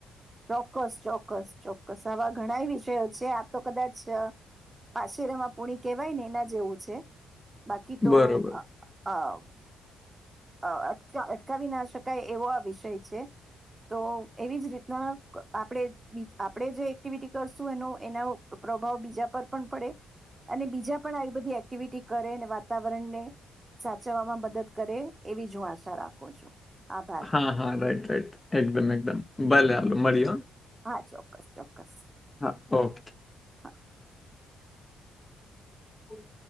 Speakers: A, on the right; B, on the left.
A: ચોક્કસ ચોક્કસ ચોક્કસ આવા ઘણાય વિષયો છે આ તો કદાચ પાછરમાં પુણી કેહેવાય ને એના જેવું છે. બાકી તો
B: બરોબર
A: આ ટ અટકાવી ના શકાય એવો આ વિષય છે તો એવી જ રીતના આપણે આપણે જે એક્ટિવિટી કરશું એનો એના પ્રભાવ બીજા પર પણ પડે અને બીજા પણ આવી બધી એક્ટિવિટી કરે વાતાવરણને સાચવવામાં મદદ કરે. એવી જ હું આશા રાખું છું. આભાર
B: હા હા રાઈટ રાઈટ એકદમ એકદમ ભલે હાલો. મળીએ હો.
A: હા ચોક્કસ ચોક્કસ.
B: હા ઓકે.
A: હા.
B: હમ.